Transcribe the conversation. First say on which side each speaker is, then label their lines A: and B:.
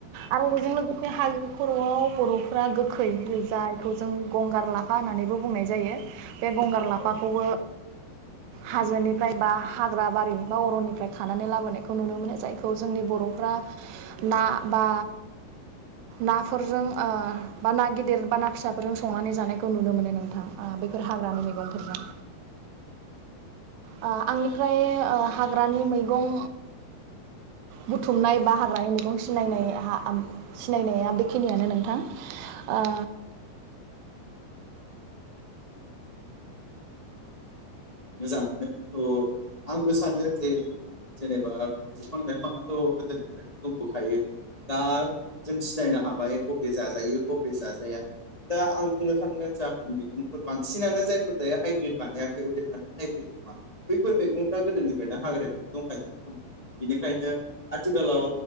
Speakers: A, on the right; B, on the left.
A: आरो बेजों लोगोसे हाजो खर'आव बर'फ्रा गोखै जायखौ जों गंगार लाफा होननानैबो बुंनाय जायो बे गंगार लाफाखौबो
B: औ
A: हाजोनिफ्राय बा हाग्रा बारि बा अर'निफ्राय खानानै लाबोनायखौ नुनो मोनो जायखौ जोंनि बर'फ्रा ना बा नाफोरजों ओ बा ना गिदिर बा ना फिसाफोरजों संनानै जानायखौ नुनो मोनो नोंथां ओ बेफोर हाग्रानि मेगंफोरजों।
B: औ
A: ओ आंनिफ्राय ओ हाग्रानि ओं मैगं बुथुमनाय बा हाग्रानि मैगं सिनायनाय सिनायनाया बेखिनियानो नोंथां ओ
B: मोजाङानो थ' आंबो सानो जे जेनेबा बिफां लाइफाङाथ' गोदोनिफ्रायनो दंबोखायो दा जों सिनायनो हाबाय बबे जाजायो बबे बे जाजाया दा आं बुंनो थाङो जाफोर मैगंफोर बांसिनानो जायफोर दायो हाइब्रिद बानायाखै हाइब्रिद नङा बैफोर मैगंफ्रा गोदोनिफ्रायनो हाग्रायावनो दंखायोमोन खोमा बेनिखायनो आथिखालाव